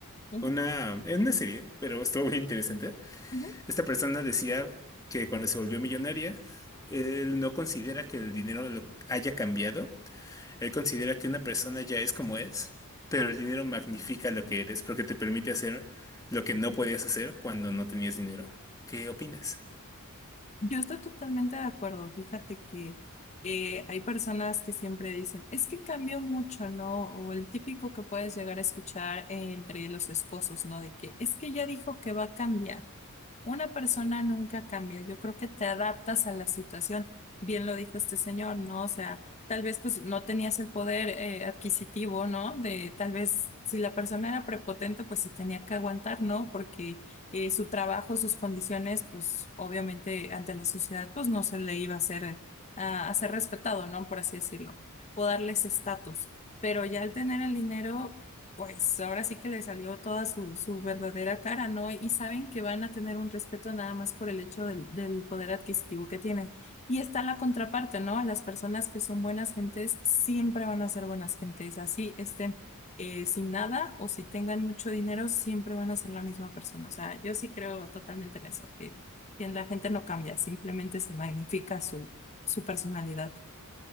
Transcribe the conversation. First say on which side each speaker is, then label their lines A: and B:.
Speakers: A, on the left; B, on the left.
A: Ujú,
B: una, en una serie, pero estuvo muy interesante.
A: ujú.
B: Esta persona decía que cuando se volvió millonaria, él no considera que el dinero lo haya cambiado, él considera que una persona ya es como es, pero el dinero magnifica lo que eres porque te permite hacer lo que no podías hacer cuando no tenías dinero. ¿Qué opinas?
A: Yo estoy totalmente de acuerdo. Fíjate que eh, hay personas que siempre dicen, es que cambió mucho, ¿no? O el típico que puedes llegar a escuchar entre los esposos, ¿no? De que es que ya dijo que va a cambiar. Una persona nunca cambia. Yo creo que te adaptas a la situación. Bien lo dijo este señor, ¿no? O sea, tal vez pues no tenías el poder eh, adquisitivo, ¿no? De tal vez si la persona era prepotente, pues se tenía que aguantar, ¿no? Porque eh, su trabajo, sus condiciones, pues obviamente ante la sociedad, pues no se le iba a hacer, eh, a, a ser respetado, ¿no? Por así decirlo, o darles estatus. Pero ya al tener el dinero, pues ahora sí que le salió toda su, su verdadera cara, ¿no? Y saben que van a tener un respeto nada más por el hecho del, del poder adquisitivo que tienen. Y está la contraparte, ¿no? Las personas que son buenas gentes siempre van a ser buenas gentes, así estén eh, sin nada o si tengan mucho dinero, siempre van a ser la misma persona. O sea, yo sí creo totalmente en eso, que, que la gente no cambia, simplemente se magnifica su, su personalidad.